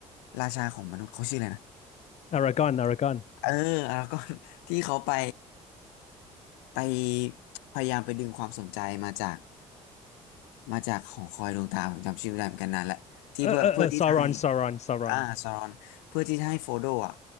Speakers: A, on the left; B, on the left.
A: ราชาของมนุษย์เขาชื่ออะไรนะ
B: อารากอนอารากอน
A: เออแล้วก็ <laughs> ที่เขาไปไปพยายามไปดึงความสนใจมาจากมาจากหอคอยดวงตาผมจำชื่อไม่ได้เหมือนกันนานแหละที่เพื่อเพื่อที่จะให้
B: เออเออเออซารอนซารอนซารอน
A: อ่าซารอนเพื่อที่จะให้โฟโดอ่ะ